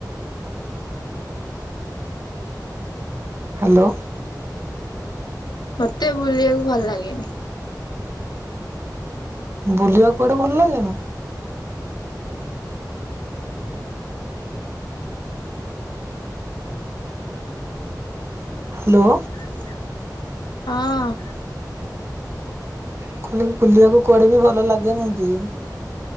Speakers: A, on the right; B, on the left.
A: ହାଲୋ।
B: ମତେ ବୁଲିବାକୁ ଭଲ ଲାଗେନି।
A: ବୁଲିବାକୁୁ କୁଆଡ଼େ ଭଲ ଲାଗେ ନା? ହାଲୋ।
B: ହଁ।
A: <unintelligible> ବୁଲିବାକୁ କୁଆଡ଼େ ବି ଭଲ ଲାଗେ ନାଇଁ କି?